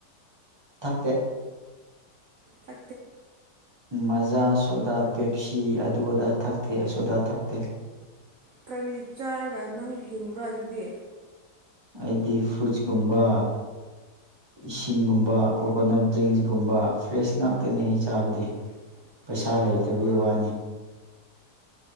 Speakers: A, on the right; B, on the right.
A: ꯊꯥꯛꯛꯇꯦ
B: ꯐ
A: ꯃꯖꯥ ꯁꯣꯗꯥ ꯄꯦꯞꯁꯤ ꯑꯗꯨ ꯑꯗꯥ ꯊꯛꯇꯦ ꯑꯁꯣꯗꯥ ꯊꯛꯇꯦ
B: ꯀꯔꯤ ꯆꯥꯔꯒ ꯅꯪ ꯍꯤꯡꯕ꯭ꯔꯥ ꯑꯗꯨꯗꯤ
A: ꯑꯩꯗꯤ ꯐꯨꯖꯀꯨꯝꯕ ꯏꯁꯤꯡꯒꯨꯝꯕ ꯀꯣꯀꯣꯅꯠ ꯗ꯭ꯔꯤꯡꯁꯀꯨꯝꯕ ꯐ꯭ꯔꯦꯁ ꯉꯥꯛꯇꯅꯦ ꯆꯥꯕꯗꯤ
B: <inaudible>
A: ꯄꯩꯁꯥ ꯂꯩꯇꯕꯒꯤ
B: ꯋꯥꯎ
A: ꯋꯥꯅꯤ